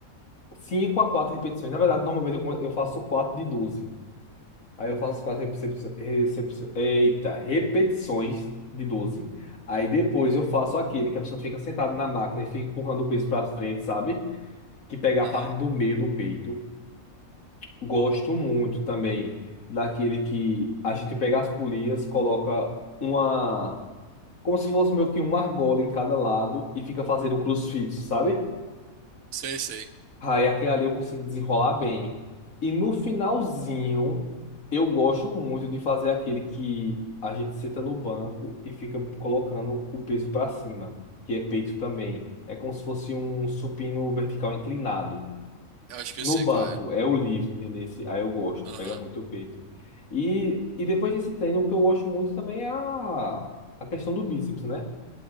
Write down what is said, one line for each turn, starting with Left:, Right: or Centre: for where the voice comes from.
Left: 5 a 4 repetições. Na verdade, normalmente eu, come- eu faço 4 de doze Aí eu faço 4 recepções. Eita, repetições de doze Aí depois eu faço aquele que a pessoa fica sentada na máquina e fica empurrando o peso para frente, sabe? Que pega
Right: Uhum,
Left: a parte do meio do peito. Gosto muito também daquele que a gente pega as polias, coloca uma. Como se fosse meio que uma argola em cada lado e fica fazendo um crucifixo, sabe?
Right: sei, sei.
Left: Aí aquele ali eu consigo desenrolar bem. E no finalzinho, eu gosto muito de fazer aquele que a gente senta no banco e fica colocando o peso para cima, que é peito também. É como se fosse um supino vertical inclinado.
Right: Eu acho que
Left: No
Right: eu sei
Left: banco,
Right: qual é.
Left: é o livre, entendeu? Aí eu gosto,
Right: Aham.
Left: pega muito o peito. E, e depois desse treino, o que eu gosto muito também é a, a questão do bíceps, né?